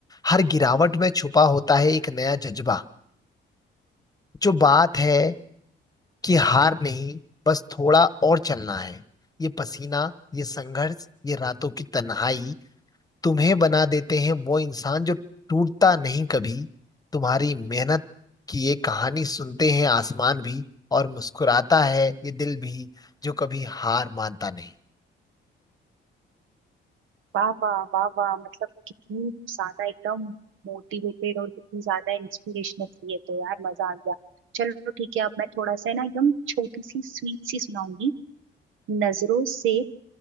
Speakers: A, on the left (about 20°); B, on the right (about 80°).
A: हर गिरावट में छुपा होता है एक नया जज्बा जो बात है कि हार नहीं बस थोड़ा और चलना है ये पसीना ये संघर्ष ये रातों की तन्हाई तुम्हें बना देते हैं वो इंसान जो टूटता नहीं कभी तुम्हारी मेहनत की ये कहानी सुनते हैं आसमान भी और मुस्कुराता है ये दिल भी जो कभी हार मानता नहीं
B: वाह वाह वाह वाह मतलब कितनी ज्यादा एकदम मोटिवेटेड और कितनी ज्यादा इंस्पिरेशनल थी ये तो यार मजा आ गया चलो ठीक है अब मैं थोड़ा सा है ना एकदम छोटी सी स्वीट सी सुनाऊंगी नजरों से